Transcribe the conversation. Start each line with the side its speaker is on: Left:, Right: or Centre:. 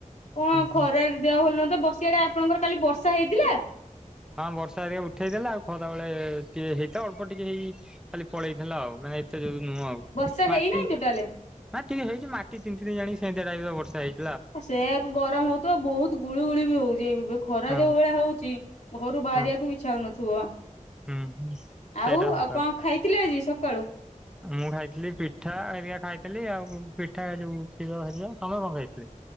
Left: କଣ
Centre: ହୁଁ
Left: ଖରାରେ ଦେହ ଭଲ ଲାଗୁନଥିଲା ବସିିଆ ଆପଣଙ୍କର କାଲି ବର୍ଷା ହେଇଥିଲା?
Centre: ହଁ ବର୍ଷା ହେରିକା ଉଠେଇ ଥିଲା ଆଉ ଖରା ବେଳେ ଟିକେ ହେଇଥା ଅଳ୍ପ ଟିକେ ହେଇ ଖାଲି ପଳେଇଥିଲା ଆଉ ନାଇଁ ଏତେ ଯୋଉ ନୁହଁ ଆଉ।
Left: ବର୍ଷା
Centre: ମାଟି
Left: ହେଇନାହିଁ ଟୋଟାଲେ?
Centre: ନା ଟିକେ ହେଇଛି ମାଟି ତିନ୍ତି ତିନ୍ତି ଜାଣି ସେମିତିଆ ଟାଇଟ୍ ର ବର୍ଷା ହେଇଛି।
Left: ଆଉ ସେଇଆକୁ ଗରମ ହଉଥିବ ଆଉ ବହୁତ୍ ଗୁଳିୁ ଗୁଳି ବି ହଉଛି ଏବେ। ଖରା
Centre: ହଁ
Left: ଯଉ ଭଳିଆ ହଉଚି ଘରୁ ବାହାରିବାକୁ
Centre: ହଁ
Left: ବି ଇଛାହଉନଥିବ?
Centre: ହୁଁ ହୁଁ। ସେଇଟା
Left: ଆଉ
Centre: ସତ
Left: ଆଉ କଣ ଖାଇଥିଲେ ଆଜି ସକାଳୁ?
Centre: ମୁଁ ଖାଇଥିଲି ପିଠା ହେରିକା ଖାଇଥିଲି ଆଉ ପିଠା ଯୋଉ କ୍ଷୀର ହେରିକା ତମେ କଣ ଖାଇଥିଲ?